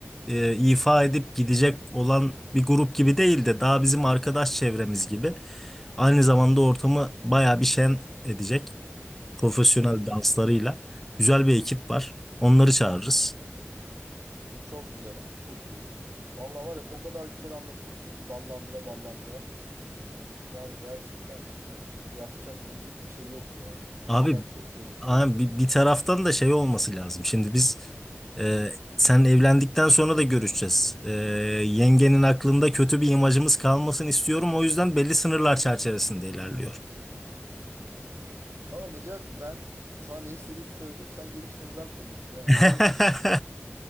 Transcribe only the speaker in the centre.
e, ifa edip gidecek olan bir grup gibi değil de daha bizim arkadaş çevremiz gibi. Aynı zamanda ortamı bayağı bir şen edecek profesyonel
danslarıyla. Güzel bir ekip var. Onları çağırırız.
Abi
Ama bir, bir taraftan da şey olması lazım. Şimdi biz e, sen evlendikten sonra da görüşeceğiz. E, yengenin aklında kötü bir imajımız kalmasın istiyorum. O yüzden belli sınırlar çerçevesinde ilerliyorum.
<laughs>